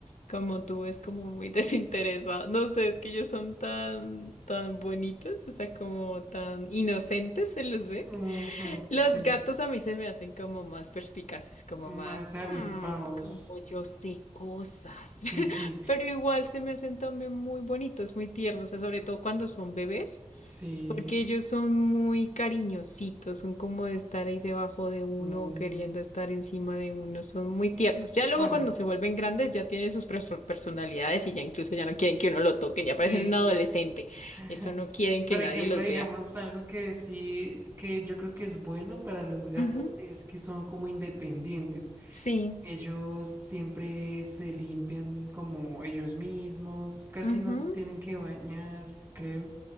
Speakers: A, on the left; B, on the right.
A: Como tú es como muy <laughs> desinteresado. No sé, es que ellos son tan, tan bonitos, o sea, como tan inocentes se les ve.
B: ujú,
A: Los
B: sí,
A: gatos a mí se me hacen como más perspicaces, como
B: más
A: más,
B: avispados.
A: "Hmm, como yo sé cosas. <laughs>
B: Sí, sí,
A: Pero igual se me hacen también muy bonitos, muy tiernos, o sea, sobre todo cuando son bebés.
B: sí.
A: Porque ellos son muy cariñositos, son como de estar ahí debajo de uno
B: Mm,
A: o queriendo estar encima de uno, son muy tiernos. Ya luego
B: bueno,
A: cuando se vuelven grandes ya tienen sus perso- personalidades y ya incluso ya no quieren que uno lo toque, ya parecen
B: sí.
A: un adolescente.
B: <laughs>
A: Eso no quieren
B: Por
A: que nadie
B: ejemplo,
A: los
B: digamos
A: vea.
B: algo que sí, que yo creo que es bueno para los gatos
A: Ujú,
B: es que son como independientes.
A: Sí.
B: Ellos siempre se limpian como ellos mismos, casi
A: ujú,
B: no se tienen que bañar, creo.